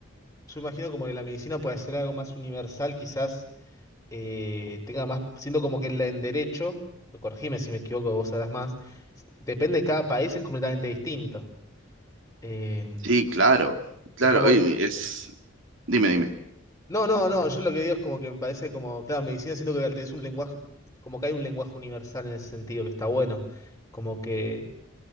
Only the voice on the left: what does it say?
yo imagino como que la medicina puede ser algo más universal, quizás eh, tenga más, siento como que en la- en derecho, lo corregime si me equivoco, vos sabrás más, depende de cada país, es completamente distinto. Eh,
es como
No, no, no, yo lo que digo es como que me parece como, claro, medicina siento que es un lenguaje, como que hay un lenguaje universal en ese sentido que está bueno, como que,